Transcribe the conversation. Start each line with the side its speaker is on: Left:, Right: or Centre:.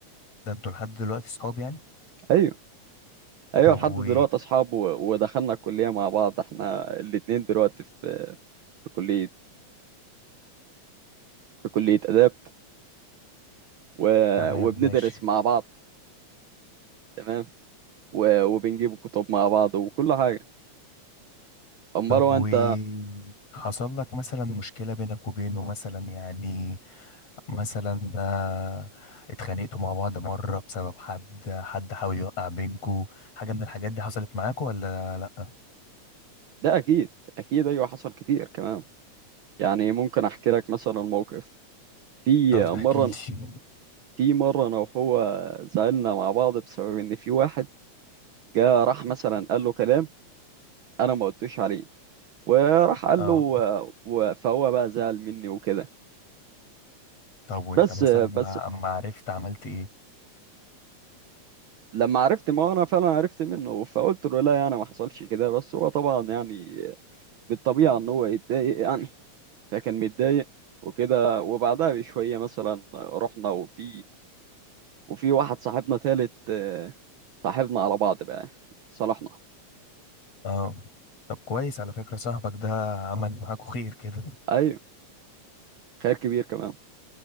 Left: ده انتوا لحد دلوقتي صحاب يعني
Right: ايوه ايوه
Left: طب
Right: لحد
Left: و
Right: دلوقتي اصحاب و- ودخلنا الكلية مع بعض احنا الاتنين دلوقتي في في كلية في كلية آداب و...
Left: تمام
Right: وبندرس
Left: ماشي
Right: مع بعض تمام و... وبنجيب كتب مع بعض وكل حاجة امال
Left: طب
Right: هو
Left: و
Right: انت
Left: حصل لك مثلا مشكلة بينك وبينه مثلا يعني مثلا آه اتخانقتوا مع بعض مرة بسبب حد حد حاول يوقع بينكوا حاجة من الحاجات دي حصلت معاكوا ولا لأ
Right: ده اكيد اكيد ايوه حصل كتير كمان يعني ممكن احكي لك مثلا موقف في
Left: طب احكي
Right: مره
Left: لي
Right: في مره انا وهو زعلنا مع بعض بسبب ان في واحد جه راح مثلا قال له كلام انا ما قلتوش عليه وراح قال
Left: اه
Right: له و- و- فهو بقى زعل مني وكده
Left: طب وانت
Right: بس
Left: بالظبط مثلا ما
Right: بس
Left: اما عرفت عملت ايه
Right: لما عرفت ما هو انا فعلا عرفت منه فقلت له لا يعني ما حصلش كده بس هو طبعا يعني بالطبيعه ان هو يتضايق يعني فكان متضايق وكده وبعدها بشويه مثلا رحنا وفي وفي واحد صاحبنا تالت آه، صاحبنا على بعض بقى صالحنا
Left: اه طب كويس على فكرة صاحبك ده عمل معاكوا خير كده
Right: ايوه خير كبير كمان